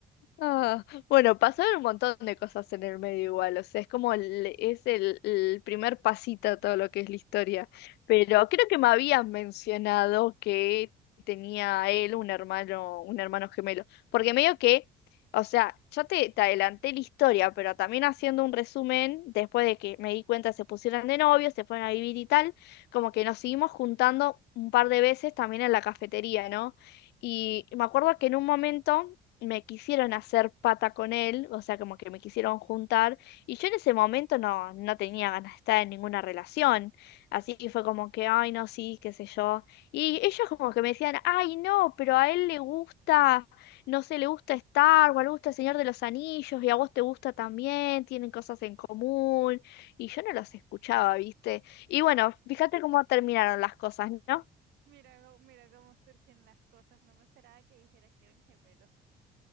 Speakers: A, on the left; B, on the right.
A: Ah, bueno, pasaron un montón de cosas en el medio igual, o sea, es como
B: <laughs>
A: el, es el, el primer pasito a todo lo que es la historia, pero creo que me habías mencionado que tenía él un hermano, un hermano gemelo, porque medio que, o sea, yo te, te adelanté la historia, pero también haciendo un resumen, después de que me di cuenta se pusieron de novios, se fueron a vivir y tal, como que nos seguimos juntando un par de veces también en la cafetería, ¿no? Y me acuerdo que en un momento me quisieron hacer pata con él, o sea, como que me quisieron juntar, y yo en ese momento no, no tenía ganas de estar en ninguna relación, así que fue como que, ay, no, sí, qué sé yo, y ellos como que me decían, ay, no, pero a él le gusta, no sé, le gusta Star Wars, le gusta El Señor de los Anillos, y a vos te gusta también, tienen cosas en común, y yo no los escuchaba, ¿viste? Y bueno, fíjate cómo terminaron las cosas,
B: Mi-
A: ¿no?
B: Mira, cómo- mira cómo surgen las cosas. No me esperaba que dijeras que eran gemelos.